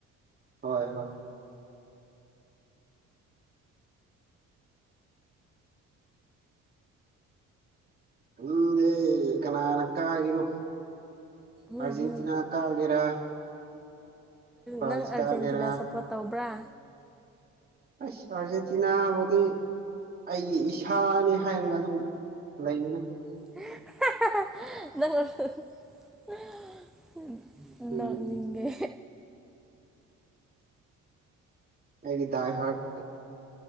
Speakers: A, on the right (about 30°); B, in the centre.
A: ꯍꯣꯏ ꯍꯣꯏ ꯈꯪꯗꯦ ꯀꯅꯥꯅ ꯀꯥꯒꯤꯔꯣ
B: ꯎꯝ
A: ꯑꯥꯔꯖꯦꯟꯇꯤꯅꯥ
B: ꯎꯝ
A: ꯀꯥꯒꯦꯔꯥ ꯐ꯭ꯔꯥꯟꯁ
B: ꯅꯪ ꯑꯥꯔꯖꯦꯟꯇꯤꯅꯥ
A: ꯀꯥꯒꯦꯔꯥ
B: ꯁꯞꯄꯣꯔꯠ ꯇꯧꯕ꯭ꯔꯥ?
A: ꯑꯁ ꯑꯥꯔꯖꯦꯟꯇꯤꯅꯥꯕꯨꯗꯤ ꯑꯩꯒꯤ ꯏꯁꯥꯅꯤ ꯍꯥꯏꯔꯒ ꯑꯗꯨꯝ ꯂꯩꯕꯅꯦ꯫
B: <unintelligible>
A: ꯎꯝ
B: ꯅꯣꯛꯅꯤꯡꯉꯦ꯫
A: ꯑꯩꯒꯤ ꯗꯥꯏ ꯍꯥꯔꯠ꯫